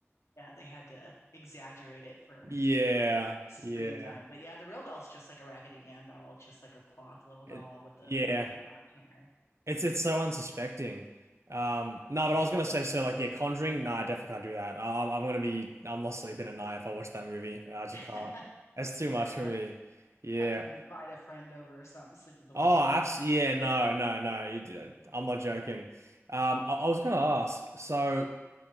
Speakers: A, on the left (about 70°); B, on the right (about 75°).
A: Yeah, they had to exaggerate it for
B: Yeah,
A: screen
B: yeah,
A: time. But yeah, the real doll's just like a Raggedy Ann doll, just like a cloth little doll
B: It-
A: with the
B: yeah.
A: the red yarn hair.
B: It's it's so unsuspecting. Um, no, but I was gonna say so like yeah, Conjuring. Nah, I definitely can't do that. I, I'm I'm gonna be I'm not sleeping at night if I watch that movie. I just
A: <laughs>
B: can't. That's too
A: Fair
B: much
A: enough.
B: for me. Yeah.
A: Have to invite a friend over or something, sleep with the
B: Oh,
A: lights on.
B: abs. Yeah. No. No. No. You, d- I'm not joking. Um, I, I was gonna ask. So,